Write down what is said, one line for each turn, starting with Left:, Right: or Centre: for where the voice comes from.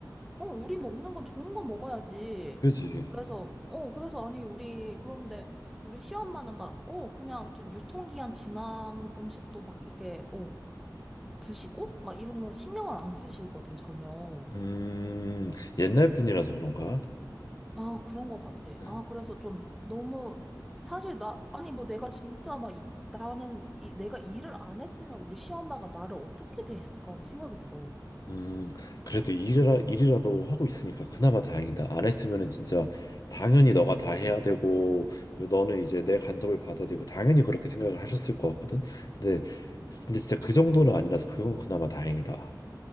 Centre: 어 우리 먹는 건 좋은 거 먹어야지.
Left: 그지.
Centre: 그래서 어 그래서 아니 우리 그런데 우리 시엄마는 막 어 그냥 좀 유통기한 지난 음식도 막 이렇게 어 드시고 막 이런 거 신경을 안 쓰시거든 전혀.
Left: 음, 옛날 분이라서 그런가?
Centre: 아, 그런 것 같아.
Left: 음,
Centre: 아, 그래서 좀 너무, 사실 나, 아니, 뭐 내가 진짜 막, 이- 나는 이, 내가 일을 안 했으면 우리 시엄마가 나를 어떻게 대했을까 하는 생각이 들어.
Left: 음, 그래도 일이라, 일이라도 하고 있으니까 그나마 다행이다. 안 했으면은 진짜 당연히 너가 다 해야 되고 그리고 너는 이제 내 간섭을 받아야 되고 당연히 그렇게 생각을 하셨을 것 같거든. 근데 근데 진짜 그 정도는 아니라서 그건 그나마 다행이다.